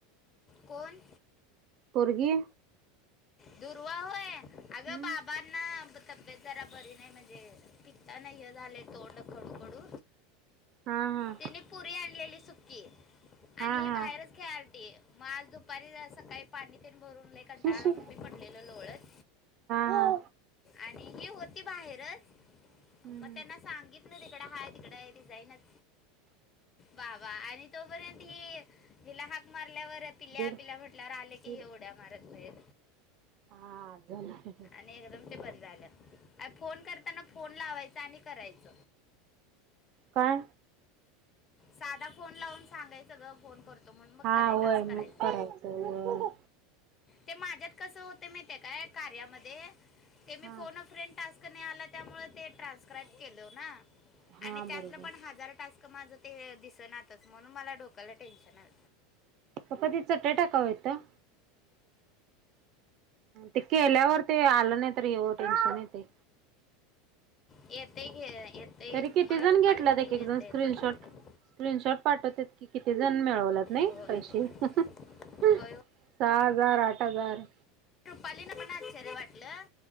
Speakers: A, on the left; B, on the right.
A: कोण?
B: पोरगी.
A: दुर्वा होय,
B: हम्म
A: अगं बाबांना तब्येत जरा बरी नाही म्हणजे. पित्तान हे झालंय तोंड कडू-कडू
B: हा हा
A: तिने पुरी आणलेली सुकी.
B: हा
A: आणि ही
B: हा
A: बाहेरच खेळा लती. ते मग आज दुपारी सकाळी पाणी पण, पाणी भरून लई कंटाळाला
B: शी शी
A: आला
B: हा
A: म्हणून पडलेलं लोळत.
B: हा
A: आणि ही होती बाहेरच.
B: हम्म
A: मग त्यांना सांगितलं तिकडं हाय तिकडं ती जाईनच. बाबा, आणि तोपर्यंत ही तो हीला हाक मारल्यावर पिल्या-पिल्या
B: दीड
A: म्हटल्यावर आले की
B: दीड
A: उड्या मारत बाहेर.
B: हा.
A: आणि ते बंद झालं. फोन करताना फोन लावायचा आणि करायच.
B: काय
A: साधा फोन लावून सांगायचं ग फोन करतो म्हणून. मग
B: हा
A: करायचं
B: होय
A: असं
B: मग
A: करायचं.
B: होय
A: ते माझ्यात कसं होतंय माहित काय. कार्यामध्ये ते मी
B: हा
A: फोन व फ्रेंड टास्क कणी आला की नाही त्यामुळे ट्रान्सक्राईट किलो ना.
B: हा
A: आणि त्यातनं
B: बरोबर
A: पण हजार टास्क माझं ते दिसणातच. म्हणून मला डोकायला टेन्शन आलय.
B: पप्पा ती चटई टाका वो इथं. ते केल्यावर ते आलं नाही तर येव टेन्शन येतंय.
A: येतेय घे. येते
B: तरी किती
A: मला
B: जण
A: रुपाली
B: घेतल्यात
A: म्हटली
B: एक-एक
A: येते
B: जण स्क्रीनशॉट-स्क्रीनशॉट
A: येते म्हणून.
B: पाठवतात. की किती जण मिळवतात. नाही
A: होय
B: पैसे.
A: होय
B: सहा
A: होय
B: हजार, आठ हजार.
A: रुपालीला पण आश्चर्य वाटलं.